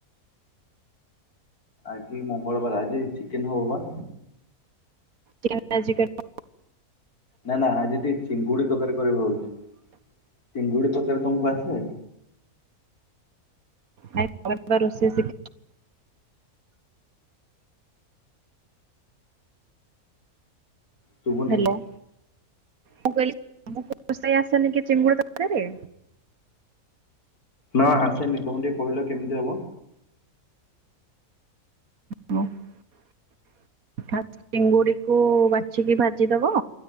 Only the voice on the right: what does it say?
ଚିକେନ ଆଜି କରିବ।
ଆ <inaudible>
ହାଲୋ। ମୁଁ କହିଲି ତମକୁ ରୋଷେଇ ଆସେନି କି ଚିଙ୍ଗୁଡି ତରକାରି?
ଫାର୍ଷ୍ଟ ଚିଙ୍ଗୁଡିକୁ ବାଛିକି ଭାଜିଦବ।